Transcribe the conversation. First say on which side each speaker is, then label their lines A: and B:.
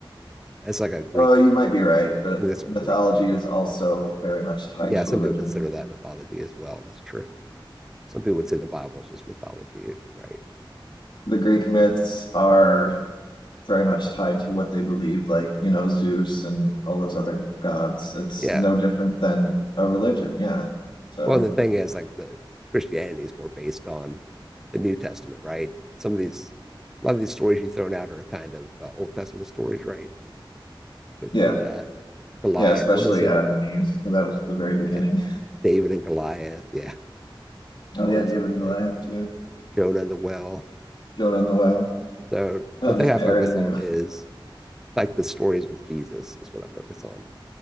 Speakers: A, in the centre; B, on the left (about 60°).
A: It's like a Greek
B: oh, you might be right, but
A: I think that's a
B: mythology
A: Greek thing
B: is
A: or something.
B: also very much tied
A: Yeah,
B: to
A: some
B: religion.
A: people consider that mythology as well. That's true. Some people would say the Bible is just mythology, right?
B: The Greek
A: But
B: myths are
A: yeah.
B: very much tied to what they believed, like, you know, Zeus and all those other gods. It's
A: Yeah.
B: no different than a religion, yeah. So
A: Well, and the thing is like the Christianity is more based on the New Testament, right? Some of these a lot of these stories you've thrown out are kind of uh, Old Testament stories, right? with
B: Yeah.
A: the uh, Goliath.
B: Yeah, especially
A: What is it?
B: Adam and Eve, because that was the very beginning.
A: Yeah, David and Goliath. Yeah,
B: Oh
A: all
B: yeah,
A: those
B: David
A: kind of
B: and
A: things.
B: Goliath too.
A: Jonah and the well.
B: Jonah and the whale.
A: So
B: No,
A: the
B: I'm
A: thing
B: just
A: I
B: parroting
A: focus on
B: you.
A: is like the stories with Jesus is what I focus on.